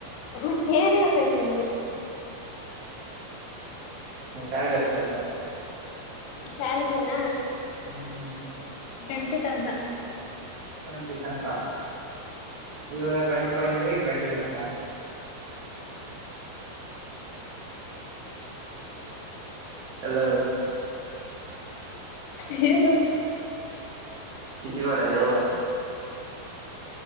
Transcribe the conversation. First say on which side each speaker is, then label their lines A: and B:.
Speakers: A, on the left (about 80°); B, on the right (about 60°).
A: ಮತ್ತೆ ಏನ್ ಹೇಳ್ಬೇಕು ನಿಮ್ಗೆ
B: ಸ್ಯಾಲ್ರಿ ಎಷ್ಟ ಕೊಡ್ತಾರೆ
A: ಸ್ಯಾಲರಿ ನ
B: ಹ್ಮ್
A: ಟ್ವೆಂಟಿ ಥೋಕ್ಸ್ಯಾಂಡ್
B: ಕಂಡ್ತಿ ತನಕ ಇವಾಗ ಟ್ವೆಂಟಿ ಫೈವ್ ಅಂದರಿ ಟ್ವೆಂಟಿ ನನ್ ಹಲೋ
A: ಹನು <inaudible>
B: ಕಿಸಿ ಬೇಡ ದವು